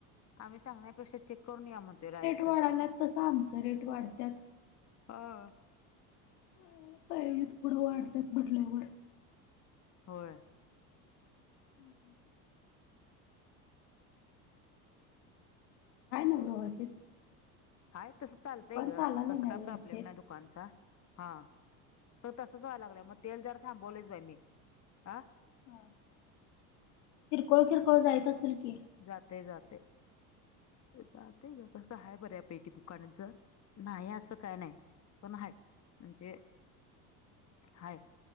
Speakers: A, on the left; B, on the left.
A: आम्ही सांगण्यापेक्षा चेक करून या म्हणतोय डायरेक्ट.
B: वाढल्यात तसं आमच रेट वाढत्यात.
A: हा.
B: <unintelligible> पुढं वाढतात म्हटल्यावर.
A: होय.
B: <inaudible> हाय ना व्यवस्थित?
A: हाय तसं चालतंय
B: दुकान
A: गं
B: चालालय
A: तसं
B: ना
A: काय
B: व्यवस्थित?
A: प्रॉब्लेम नाही दुकानचा हां. तर तसंच व्हाय लागलंय मग तेल जरा थांबवलेच बाई मी. हा
B: हां किरकोळ किरकोळ जाईत असेल की?
A: जातंय जातंय ये जातंय गं तसं हाय बऱ्या पैकी दुकानाचं, नाही असं काय नाही पण हाय. म्हणजे हाय.